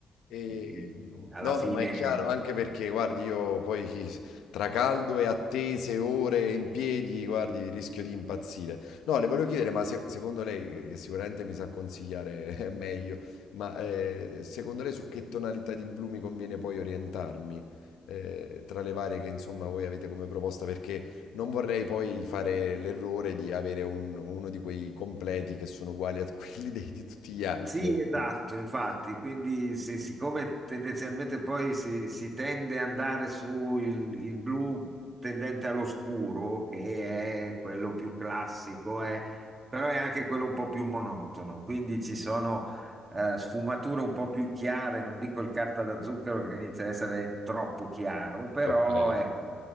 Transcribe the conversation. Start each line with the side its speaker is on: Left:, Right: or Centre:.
Left: E,
Right: eh, eh,
Left: mhmm,
Right: alla
Left: no,
Right: fine
Left: no, ma è chiaro, anche perché guardi io poi <laughs> tra caldo e attese, ore in piedi, guardi rischio di impazzire. No, le volevo chiedere, ma se secondo lei, che che sicuramente mi sa consigliare <laughs> meglio, ma, ehm, secondo lei su che tonalità di blu mi conviene poi orientarmi, ehm, tra le varie che insomma voi avete come proposta? Perché non vorrei poi fare l'errore di avere un uno di quei completi che sono uguali a <laughs> quelli dei di tutti gli altri,
Right: Sì,
Left: ecco.
Right: esatto, infatti, quindi sì, siccome tendenzialmente poi si, si tende ad andare su il, il blu tendente all'oscuro, che è quello più classico, è- però è anche quello un po' più monotono, quindi ci sono eh, sfumature un po' più chiare, non dico il carta da zucchero che inizia a essere troppo chiaro, però
Left: Okay.
Right: ecco,